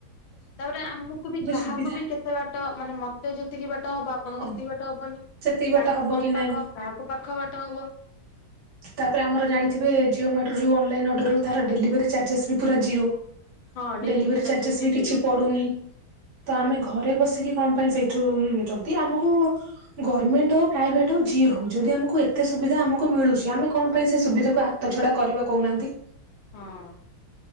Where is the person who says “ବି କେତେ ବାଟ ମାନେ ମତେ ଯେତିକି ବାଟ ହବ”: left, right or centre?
Left